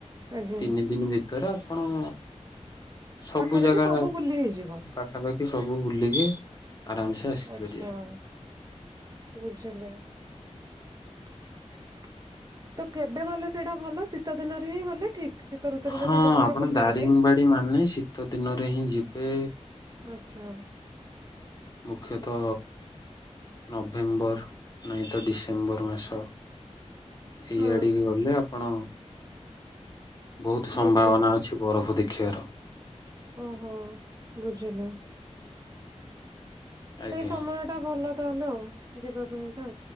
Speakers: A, on the right; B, on the left.
A: ଆଜ୍ଞା
B: ତିନି ଦିନ୍ ଭିତର ଆପଣ। ସବୁ
A: ପାଖାପାଖି
B: ଜାଗା
A: ସବୁ ବୁଲି ହେଇଯିବ।
B: ପାଖାପାଖି ସବୁ ବୁଲିକି ଆରାମସେ ଆସିପାରିବେ।
A: ଆଚ୍ଛା <inaudible> ବୁଝିଲି। <inaudible> ତ କେବେ ଗଲେ ସେଇଟା ଭଲ ଶୀତ ଦିନରେ ହିଁ ଗଲେ ଠିକ୍ ଶୀତ ଋତୁରେ
B: ହଁ
A: ଯଦି ଯାଉଛ
B: ଆପଣ
A: ବୁଲିବା
B: ଦାରିଙ୍ଗବାଡି
A: ପାଇଁ।
B: ମାନେ ଶୀତ ଦିନରେ
A: <inaudible>
B: ହିଁ ଯିବେ
A: ଆଚ୍ଛା
B: ମୁଖ୍ୟତ ନଭେମ୍ବର ନାହିଁତ ଡିସେମ୍ବର ମାସ।
A: ହଁ
B: ଇ ଆଡିକି ଗଲେ ଆପ୍ ଆପଣ। ବହୁତ ସମ୍ଭାବନା
A: ବୁଝିଲି
B: ଅଛି ବରଫ ଦେଖ୍ କ୍ଷର।
A: ଓହୋ ବୁଝିଲି।
B: ଆଜ୍ଞା
A: ସେଇ ସମୟ ଟା ଭଲ ତାହେଲେ ଆଉ ଯିବା ପାଇଁକା।